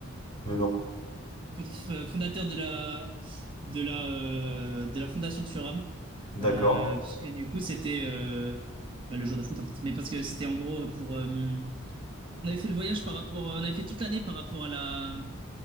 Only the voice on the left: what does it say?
Mais non.
D'accord.